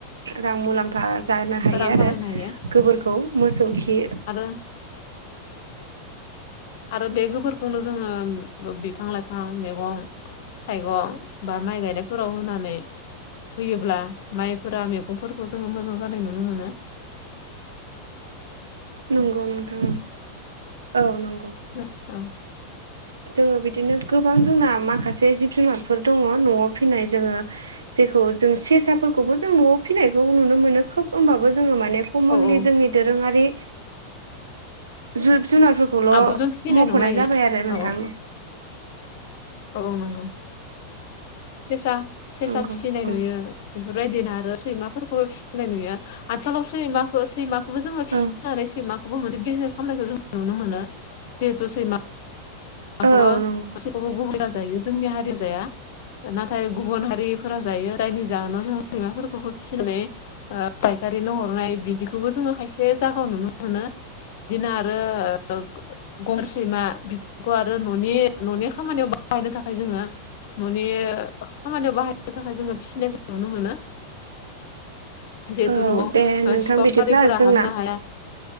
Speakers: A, on the right; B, on the left.
A: रां मुलाम्फा जानो हायो
B: रां
A: आरो
B: खामायनो हायो
A: गोबोरखौ मोसौखि
B: आरो आरो बे गोबोरखौनो जोङो बिफां लाइफां मेगं थाइगं बा माइ गायनायफोराव होनानै होयोब्ला माइफोरा मैगंफोरखौ जोङो मोजां जानाय नुनो मोनो।
A: नंगौ नोंथां ओं औ नंगौ
B: ओं
A: जोङो बिदिनो गोबां जोंना माखासे जिब जुनारफोर दङ न'आव फिनाय जोङो जेखौ जों सेसाफोरखौबो जों न'आव फिसिनायखौ नुनो मोनो खोब होमबाबो जोङो माने कमनलि
B: औ औ
A: जोंनि दोरोङारि जिब जुनारफोरखौल'
B: आदबजों फिसिनाय
A: मख'नाय
B: नङा इयो
A: जाबाय आरो नोंथां
B: औ औ नंगौ सेसा सेसा
A: नंगौ
B: फिसिनाय
A: औ
B: नुयो बेफोरबायदिनो आरो सैमाफोरखौबो फिसिनाय नुयो आथिखालाव सैमाखौ सैमा जोङो फिसिनानै
A: औ
B: सैमाखौबो मोनसे बिजनेस खालामनायखौ जों नुनो मोनो जेहुतु सैमा खौबो
A: औ नंगौ
B: गासैखौबो गुबुना जायो जोंनि हारि जाया नाथाय गुबुन हारिफोरा जायो जायनि जाहोनाव जों सैमाफोरखौबो फिसिनानै ओ फायखारिनो हरनाय बिदिखौबो जोंङो खायसे जागायाव नुनो मोनो। बिदिनो आरो ओ गर सैमा बेखौ आरो न'नि न'नि खामानियाव बाहायनो थाखाय जोंङो ननि खामानियाव बाहायनो थाखाय जोंङो फिसिनायखौ नुनो मोनो।
A: <inaudible>
B: जिहेतु
A: औ
B: न'आव
A: दे नोंथां
B: ओ सिखावारिफोरा
A: बिदिब्ला जोंना
B: हाबनो हाया।